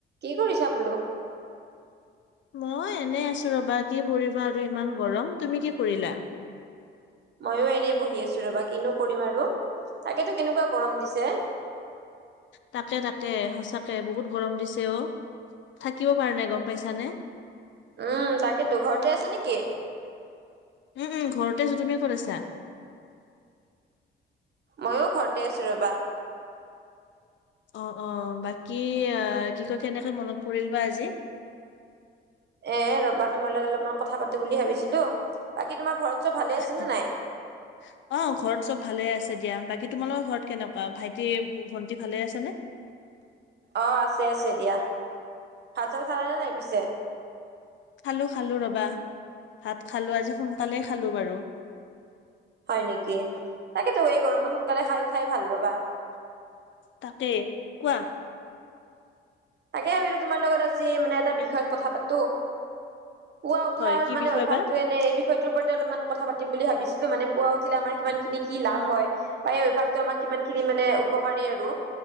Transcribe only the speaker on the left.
মই এনে আছোঁ ৰবা কি কৰিবা আৰু ইমান গৰম তুমি কি কৰিলা?
তাকে, তাকে সচাঁকে বহুত গৰম দিছে অ' থাকিব পৰা নাই গ'ম পাইছ নে?
উ'ম, উ'ম ঘৰতে আছোঁ, তুমি ক'ত আছা?
অ', অ' বাকী আহ, কি কয়, কেনেকে মনত পৰিল বা আজি?
<unintelligible>
অ' ঘৰত চব ভালে আছে দিয়া, বাকী তোমালোকৰ ঘৰত কেনেকোৱা ভাইটি, ভণ্টি ভালে আছে নে?
খালোঁ, খালোঁ ৰবা ভাত খালোঁ আজি সোনকালেই খালোঁ বাৰু
তাকে, কোৱা।
হয় কি
বিষয়
বা
অ